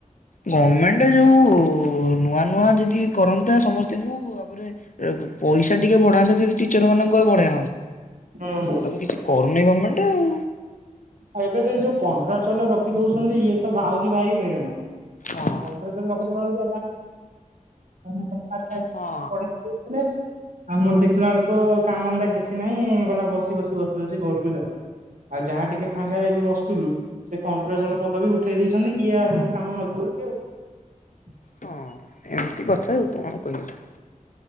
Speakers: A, on the left (about 70°); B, on the right (about 75°).
A: ଗମେଣ୍ଟ ଯୋଉ ନୂଆ ନୂଆ ଯଦି କରନ୍ତା ସମସ୍ତଙ୍କୁ ତାପରେ ଏ ପଇସା ଟିକେ ବଢାନ୍ତା ଯଦି ଟିଚର ମାନଙ୍କର ବଢ
B: ହୁଁ।
A: ସେଗୁଡା ତ କିଛି କରୁନି ଗମେଣ୍ଟ ଆଉ।
B: ଏବେ ତ ଏଇ ଯୋଉ କଣ୍ଟ୍ରାଚଆଲ ରଖି ଦଉଚନ୍ତି ଇଏ ତ ଭହୁରି ଭାରି ହଇରାଣ
A: ଆଉ
B: କଣ୍ଟ୍ରାଚଆଲ ରଖୁଥିଲା ବେଳକୁ <unintelligible>
A: ହଁ
B: <unintelligible> ଆମର ଦେଖିଲା ବେଳକୁ କାମ ଅନ୍ଦା କିଛି ନାହିଁ ଗଲା ବସି ବସି ବସି ବସି ଘରକୁ ଯାଅ। ଆଉ ଯାହା ଟିକେ ରେ ଏବେ ବସୁଥିଲୁ ସେ କଣ୍ଟ୍ରାଚୁଆଲ ପଦବି ଉଠେଇ ଦେଇଛନ୍ତି। ଇଏ ମୁଁ କାମ ନଦି ଦଉଛି <unintelligible>
A: ହଁ ଏମିତି କଥା ଆଉ କଣ କହିବି।